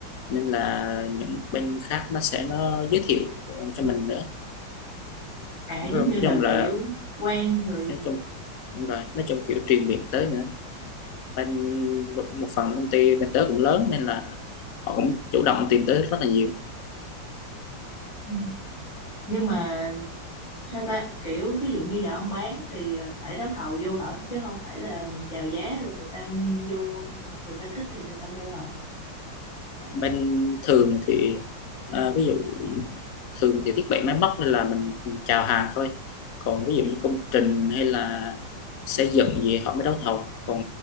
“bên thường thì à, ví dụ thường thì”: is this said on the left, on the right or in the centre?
Left